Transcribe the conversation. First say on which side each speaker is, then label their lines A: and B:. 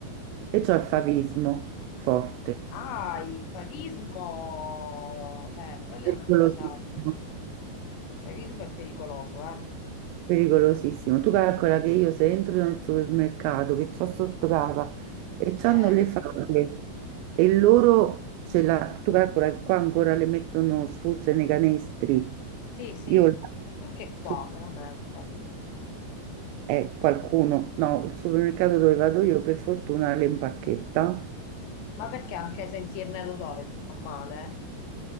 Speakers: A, on the right; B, on the left.
A: E c'ho il favismo forte,
B: Ah, il favismo. Eh, quella
A: pericolosissimo,
B: è una cosa... Il favismo è pericoloso, eh?
A: pericolosissimo. Tu calcola che io se entro nel supermercato che c'ho sotto casa e c'hanno
B: Eh.
A: le fave e loro ce la... Tu calcola che qua ancora le mettono sfuse nei canestri.
B: Sì, sì,
A: Io
B: anche qua
A: su-
B: veramente.
A: E qualcuno, no, il supermercato dove vado io per fortuna le impacchetta.
B: Ma perché anche sentirne l'odore ti fa male?